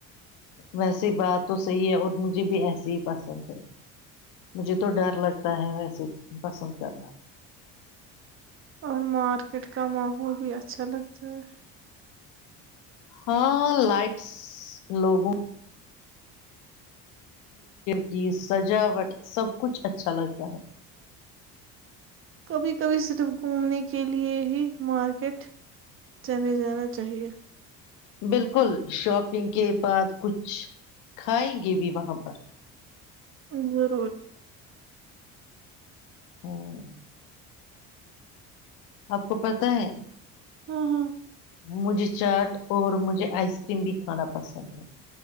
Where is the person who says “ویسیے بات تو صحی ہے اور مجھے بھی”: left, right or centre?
Left